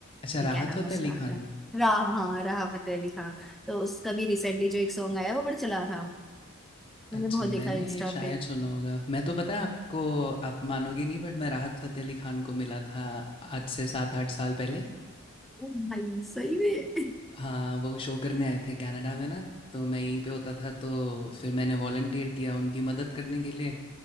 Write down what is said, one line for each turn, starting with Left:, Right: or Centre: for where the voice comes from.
Left: अच्छा राहत
Centre: क्या नाम
Left: फ़तेह
Centre: है उसका
Left: अली
Centre: आता
Left: खान
Centre: है? राह हाँ राह फतेह अली खां तो उसका भी रिसेंटली जो एक सॉन्ग आया वो बड़ा चला था मैंने
Left: अच्छा
Centre: बहुत
Left: मैंने
Centre: देखा इंस्टा
Left: शायद
Centre: पे
Left: सुना होगा मैं तो पता है आपको आप मानोगे नहीं बट मैं राहत फ़तेह अली खान को मिला था आज से सात आठ साल पहले
Centre: ओ भाई सही में
Left: हाँ वो शो करने आए थे कनाडा में ना तो मैं यहीं पे होता था तो फिर मैंने वॉलंटियर किया उनकी मदद करने के लिए